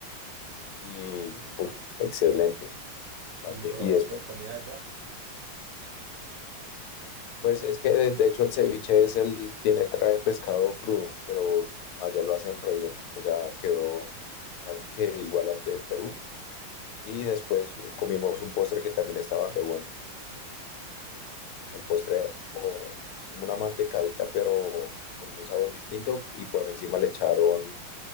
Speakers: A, on the left (about 80°); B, on the right (about 70°).
A: Y, uf, excelente. ¿Para
B: Y
A: qué?
B: probó
A: Y después,
B: algo de comida del mar.
A: pues es que de, de hecho el ceviche es el, tiene, trae pescado crudo, pero allá lo hacen re bien. O sea, quedó casi que igual al de Perú. Y después comimos un postre que también estaba re bueno.
B: Y
A: El
B: listo,
A: postre
B: entonces,
A: era como como una mantecadita, pero en un sabor distinto y por encima le echaron